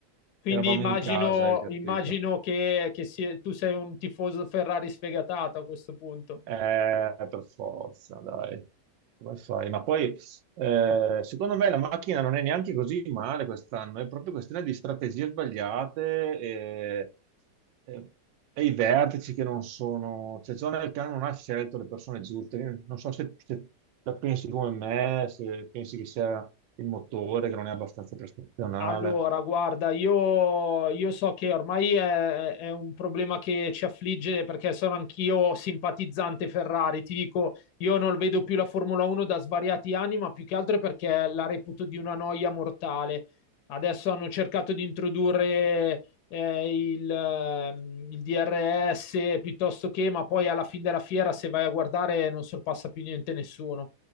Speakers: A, on the left (about 70°); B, on the right (about 85°).
A: Quindi
B: eravamo
A: immagino,
B: in casa, hai capito?
A: immagino che, che sia- tu sei un tifoso Ferrari sfegatato a questo punto.
B: Eh, per forza, dai. Come fai? Ma poi, eh, secondo me, la macchina non è neanche così male quest'anno, è proprio questione di strategie sbagliate e, e- e i vertici che non sono... Cioè, John Elkann non ha scelto le persone giuste. Io Non so se, se la pensi come me, se pensi che sia il motore, che non è abbastanza prestazionale.
A: Allora, guarda, io, io so che ormai è, è un problema che ci affligge perché sono anch'io simpatizzante Ferrari. Ti dico, io non vedo più la Formula 1 da svariati anni, ma più che altro perché la reputo di una noia mortale. Adesso hanno cercato di introdurre eh, il, ehm, il DRS piuttosto che, ma poi alla fine della fiera, se vai a guardare, non sorpassa più niente nessuno.